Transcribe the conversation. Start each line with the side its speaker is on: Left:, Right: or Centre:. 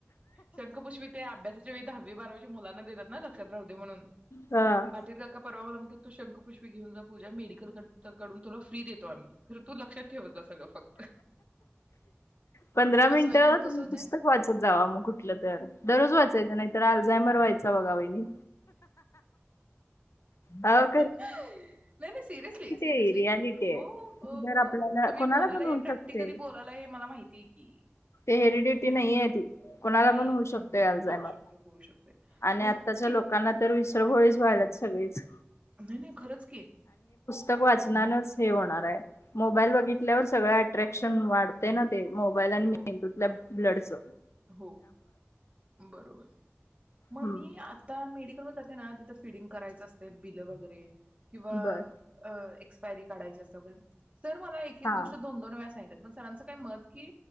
Right: शंखपुष्पित ते अभ्यास नववी दहावी बारावीच्या मुलांना देतात ना लक्ष त्यात राहूदे म्हणून
Left: हा
Right: पाटील काका परवा म्हणतात तो शंखपुष्पी घेऊन जा पूजा मेडिकल कडून तुला फ्री देतो आम्ही तर तू लक्षात ठेवत जा. ग फक्त
Left: पंधरा मिनिट
Right: असं व्हायलंय आणि कसं
Left: तुम्ही
Right: होतंय
Left: पुस्तक वाचत जावा मग कुठलं तर दररोज वाचायचं नाहीतर अर्जाय मर व्हायचा बघा वहिणी हअ्ं
Right: नाही नाही सिरियसली सिरियसली
Left: आहे रियालिटी
Right: हो
Left: आहे
Right: हो
Left: जर
Right: हो
Left: आपल्याला
Right: तुम्ही
Left: कोणाला
Right: बोलायला
Left: पण
Right: आहे
Left: होऊ
Right: प्रॅक्टिकली
Left: शकते
Right: बोलायला आहे मला माहि तिघी
Left: हेरीडटी नाही आहे ती. कोणाला
Right: नाहीय
Left: पण होऊ
Right: नाही
Left: शकतोय अल्झायमर
Right: होऊ शकत होऊ शकते
Left: आणि
Right: मग
Left: आत्ताच्या
Right: इत
Left: लोकांना तर विसरव वीज व्हाला सगळीच
Right: नाही नाही खरंच की
Left: तक वाचनानच हे होणार हाय मोबाईल बघितल्यावर सगळत अट्रॅक्शन वाढते ना ते मोबाईल आणि मेघदूत
Right: हो,
Left: लॅब ब्लडच्
Right: हो बरोबर मग
Left: हम्म
Right: मी आता मेडि तो वर जाते ना तिथं फिडिंग करायचं असते बिलं वगैरे किंवा
Left: बर
Right: अ एक्स पायरी काढायची अस्तिया व सर मला एक एक
Left: हा.
Right: गोष्ट दोन दोन वेळा सांगितल्यात. मग सरांच काय मत की